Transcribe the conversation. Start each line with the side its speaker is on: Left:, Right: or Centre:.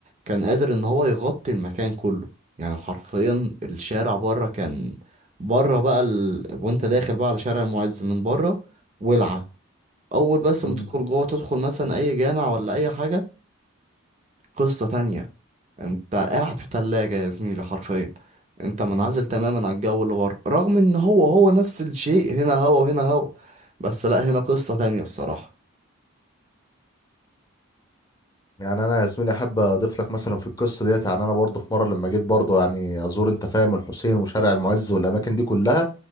Right: كان قادر إن هو يغطي المكان كله يعني حرفيا الشارع بره كان بره بقى ال... وانت داخل بقى على شارع المعز من بره ولعة أول بس
Left: مم.
Right: ما تدخل جوه تدخل مثلا أي جامع ولا أي حاجة قصة تانية انت قاعد في تلاجة يا زميلي حرفيا انت منعزل
Left: مم.
Right: تماما عن الجو اللي بره رغم ان هو هو نفس الشيء هنا هوا وهنا هوا بس لا هنا قصة تانية الصراحة
Left: يعني انا يا زميلي احب اضيف لك مثلا في القصه ديت يعني انا برضه في مره لما جيت برضه يعني ازور انت فاهم الحسين وشارع المعز والاماكن دي كلها